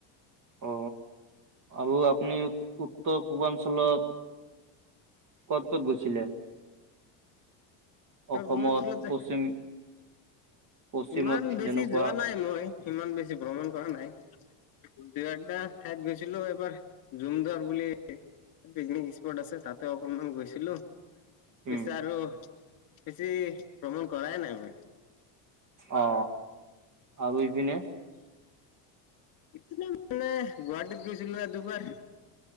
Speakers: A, on the right; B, on the left.
A: অ আৰু আপুনি উত্তৰ পূৰ্বাঞ্চলত ক'ত ক'ত হৈছিলে
B: উত্তৰপূৰ্বা্চলত
A: অসমত পশ্চিম
B: যে
A: পশ্চিমত
B: ইমান বেছি
A: যেনেকুৱা
B: যোৱা নাই মই ইমান বেছি ভ্ৰমণ কৰা নাই দুঘণ্টা এটা ঠাইত গৈছিলো এবাৰ জুমদুৱাৰ বুলি পিকনিক স্পট আছে তাতে অকনমান গৈছিলো
A: উম,
B: পিছে আৰু বেছি ভ্ৰমণ কৰা নাই মই
A: অ আৰু ইপিনে
B: ইনে মানে গুৱাহাটীত গৈছিলো আৰু দুবাৰ